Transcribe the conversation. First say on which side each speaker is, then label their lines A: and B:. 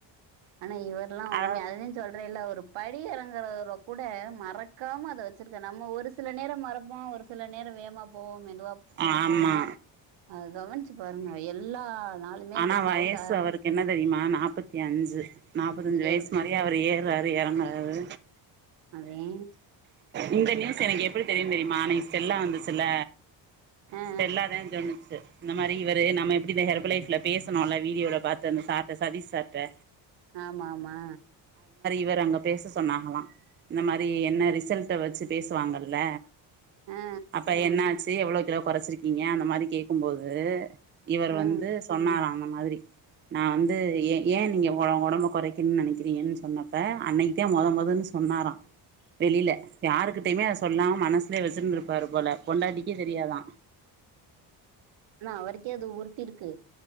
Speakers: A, on the right (about 70°); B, on the right (about 25°).
A: ஆனா இவர்லா உண்மையா
B: அ
A: அதுதேசொல்றேல்ல ஒரு படி எறங் எறங்கரதலகூட மறக்காம அத வெச்சிருக்கே நம்ம ஒரு சில நேரம் மறப்போ ஒரு சில நேர வேகமா போவோ என்
B: ஆமா
A: அத கவனிச்சி பாருங்க எல்லா நாளுமே
B: ஆனா
A: அந்த சவுண்ட
B: வயசு அவருக்கு என்ன தெரியுமா நாப்பத்தி அஞ்சு நாப்பத்தஞ்சு
A: இங்க
B: வயசு
A: இருக்கு
B: மாரியா அவரு ஏற்றாரு எறங்குறாரு
A: அதே
B: இந்த நியூஸ் எனக் எப்புடி தெரியு தெரியுமா அன்னிக்கு ஸ்டெல்லா வந்துசுல்ல
A: ஆ ஆ
B: ஸ்டெல்லாத சொன்னுச்சு இந்தமாரி இவரு நம்ம எப்புடி இந்த ஹெர்ப்பு லைஃப்ல பேசுனோல வீடியோல பாத்து அந்த சார்ட சதீஷ் சார்ட
A: ஆமா ஆமா
B: இவர அங்க பேசசொன்னாங்கலா இந்த மாரி என்ன ரிசல்ட வெச்சு பேசுவாங்கல்ல
A: ஆ ஆ
B: அப்ப என்ன ஆச்சு எவ்வளோ கிலோ கொறச்சிருகீங்க அந்த மாரி கேக்கும் போ து இவரு
A: ஆ
B: வந்து சொன்னாரா அந்த மாதிரி நா வந்து ஏ ஏ நீங்க ஒ ஒடம்ப கொறைக்கின் நெனைகிறீங்கன் சொன்னப்ப அன்னைக்தே மொதன் மொதன்னு சொ சொன்னாரா வெளியில யாருகிட்டயுமே அத சொல்லாம் மனஸ்லே வெச்சிருந்திருபாரு போல பொண்டாடிக்கு தெரியாதா
A: ஆனா அவருக்கே அது உறுத்திருக்கு